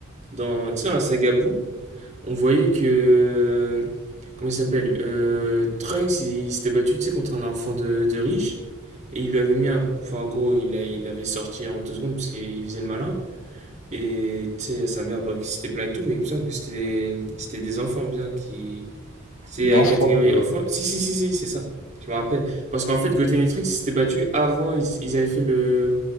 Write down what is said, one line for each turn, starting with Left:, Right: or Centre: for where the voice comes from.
Right: Dans, tu sais, dans la saga Boo, On voyait que. Comment il s'appelle Euh, Trunks, il, il s'était battu, tu sais, contre un enfant de, de riche. Et il lui avait mis un. Enfin, en gros, il, a- il l'avait sorti en deux secondes parce qu'il faisait le malin. Et tu sais, sa mère, bah, qui s'était plaint et tout, mais il me semble que c'était c'était des enfants bien qui. C'était
Left: Non,
Right: la catégorie
Left: je crois.
Right: enfant. Si, si, si, si, c'est ça. Je me rappelle. Parce qu'en fait, Goten et Trunks, ils s'étaient battus avant, ils, ils avaient fait le.